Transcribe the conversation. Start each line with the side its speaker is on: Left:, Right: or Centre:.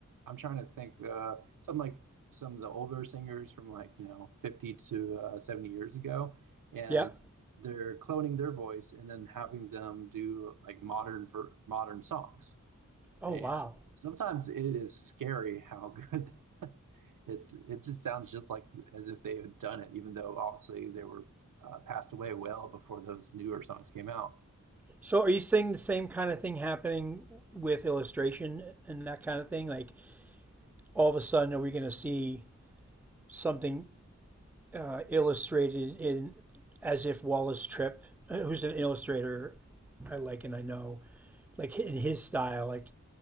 Right: I'm trying to think uh, some like some of the older singers from like you know 50 to uh, 70 years ago, and
Centre: Yeah.
Right: they're cloning their voice and then having them do like modern ver modern songs.
Centre: Oh,
Right: And
Centre: wow.
Right: sometimes it is scary how good <laughs> it's it just sounds just like as if they had done it, even though obviously they were uh, passed away well before those newer songs came out.
Centre: So are you seeing the same kind of thing happening with illustration and that kind of thing? Like all of a sudden, are we going to see something uh, illustrated in as if Wallace Tripp, uh, who's an illustrator I like and I know, like in his style, like